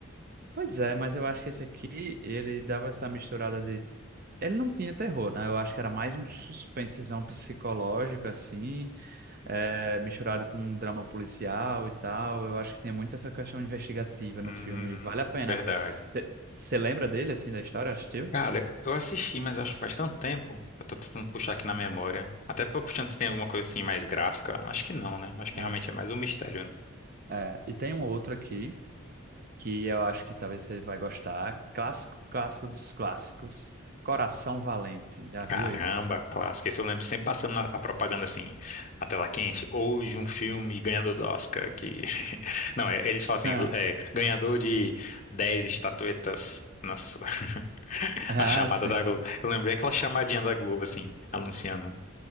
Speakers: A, on the right (about 45°); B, on the left (about 40°).
A: Pois é, mas eu acho que esse aqui, ele dava essa misturada de... Ele não tinha terror, né? Eu acho que era mais um suspensezão psicológico, assim. é, misturado com um drama policial e tal. Eu acho que tem muito essa questão investigativa no
B: Hum,
A: filme. Vale a pena
B: verdade.
A: ver. Você lembra dele, assim, da história? Assistiu?
B: Cara, eu assisti, mas acho que faz tanto tempo. Eu tô tentando puxar aqui na memória. Até pra puxando se tem alguma coisa assim mais gráfica. Acho que não, né? Acho que
A: Não.
B: realmente é mais um mistério, né?
A: É, e tem um outro aqui que eu acho que talvez você vai gostar. Clássico, clássico dos clássicos. Coração Valente. Já viu
B: Caramba,
A: esse?
B: clássico. Esse eu lembro sempre passando na, a propaganda assim, na tela quente. Hoje um filme ganhador do Oscar que... <laughs> Não, é, eles falam
A: <laughs>
B: assim, é, ganhador de 10 estatuetas na sua... <laughs>
A: Ah,
B: a chamada
A: ah, sim.
B: da Globo. Eu lembrei aquela chamadinha da Globo assim, anunciando.